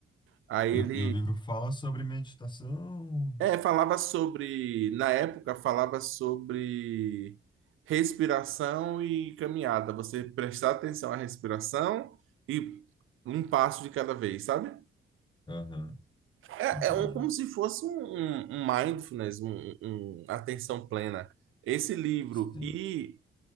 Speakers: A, on the right; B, on the left.
A: Aí
B: E,
A: ele...
B: o e o livro fala sobre meditação.
A: É, falava sobre... Na época, falava sobre respiração e caminhada. Você prestar atenção à respiração e um passo de cada vez, sabe?
B: Aham,
A: É,
B: entendi.
A: é um, como se fosse um, um- um mindfulness, um, um- um atenção plena. Esse livro
B: Sim.
A: e